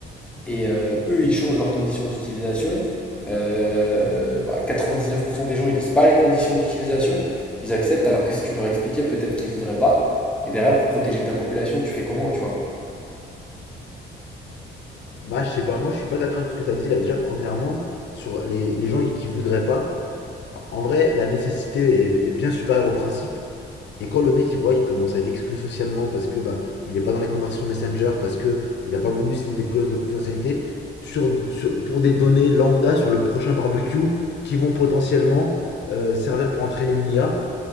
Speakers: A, in the centre; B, on the left.
A: et euh, eux, ils changent leurs conditions d'utilisation. Euh, bah, 99% des gens, ils lisent pas les conditions d'utilisation. Ils acceptent, alors que si tu leur expliquais, peut-être qu'ils voudraient pas. Et derrière, pour protéger ta population, tu fais comment, tu vois?
B: Bah, je sais pas, moi je suis pas d'accord avec ce que tu as dit là. Déjà, premièrement, sur les, les gens qui voudraient pas, en vrai, la nécessité est, est bien supérieure au principe. Et quand le mec il voit qu'il commence à être exclu socialement parce que bah, il est pas dans les conversations Messenger, parce que il a pas voulu signer des clauses de confidentialité sur, sur- pour des données lambda sur le prochain barbecue qui vont potentiellement euh, servir pour entraîner une IA,